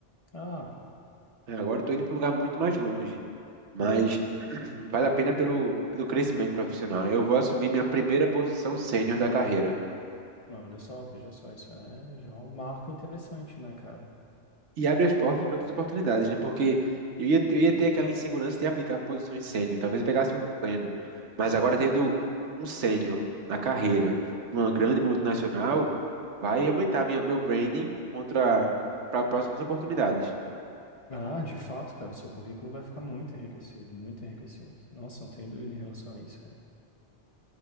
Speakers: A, on the left; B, on the right.
A: Ah.
B: É, Agora eu tô indo para um lugar muito mais longe. Mas
A: uhum.
B: <clears throat> vale a pena pelo, pelo crescimento profissional, né? Eu vou assumir minha primeira posição sênior da carreira.
A: Olha só, veja só, isso é já um marco interessante, né, cara?
B: e abre as portas para outras oportunidades, né? Porque eu ia, eu ia ter aquela insegurança de aplicar para posições sênior, talvez eu pegasse um pleno, mas agora tendo um sênior na carreira, numa grande multinacional, vai aumentar minha, meu branding contra para próximas oportunidades.
A: Ah, de fato, cara, o seu currículo vai ficar muito enriquecido, muito enriquecido. Nossa, não tenho dúvida em relação a isso, cara.